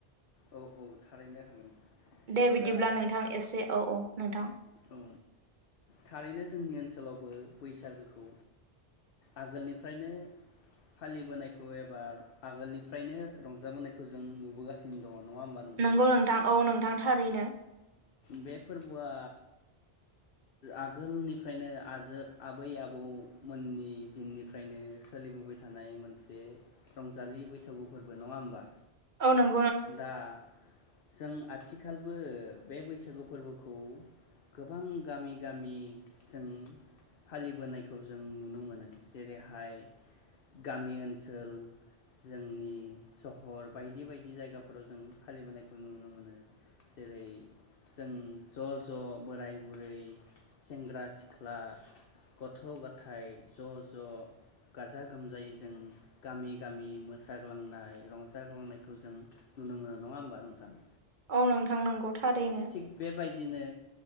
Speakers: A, on the left; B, on the right.
A: औ औ थारैनो हागोन
B: दे बिदिब्ला
A: दा
B: नोंथां एसे औ औ नोंथां
A: औ थारैनो जोंनि ओनसोलावबो बैसागोखौ आगोलनिफ्रायनो फालिबोनायखौ एबा आगोलनिफ्रायनो रंजाबोनायखौ जों नुबोगासि दङ नङा होमबा नोंथां
B: नंगौ औ नोंथां थारैनो
A: बे फोरबोआ आगोलनिफ्रायनो आजो आबै आबौमोननि दिननिफ्रायनो सोलिबोबाय थानाय मोनसे रंजालि बैसागु फोरबो नङा होमबा?
B: औ नों
A: दा जों आथिखालबो बे बैसागु फोरबोखौ गोबां गामि गामिजों फालिबोनायखौ जों नुनो मोनो जेरैहाय गामि ओनसोल जोंनि सहर बायदि बायदि जायगा फोराव जों फालिबोनायखौ नुनो मोनो जेरै जों ज' ज' बोराय बुरै सेंग्रा सिख्ला गथ' गथाय ज' ज' गाजा गोमजायै जों गामि गामि मोसाग्लांनाय रंजाग्लांनायखौ जों नुनो मोनो नङा होमबा नोंथां?
B: औ नोंथां नंगौ थारैनो
A: थिग बेबायदिनो